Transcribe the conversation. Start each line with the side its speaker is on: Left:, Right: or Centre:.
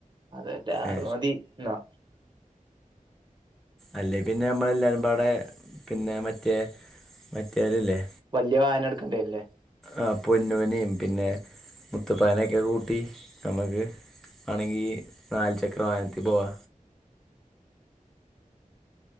Right: അതറ്റെ
Centre: ഏ
Right: മതി എന്നാ
Centre: അല്ലേ പിന്നെ നമ്മള എല്ലാരുംപാടെ പിന്നെ മറ്റേ മറ്റേ അല്ലല്ലേ
Right: വലിയ വായനം എടുക്കേണ്ടരല്ലേ
Centre: ആഹ് പൊന്നൂനേം പിന്നെ മുത്തുപ്പാനൊക്കെ കൂട്ടി നമുക്ക് ആണെങ്കി നാല് ചക്ര വാഹനത്തി പോവാ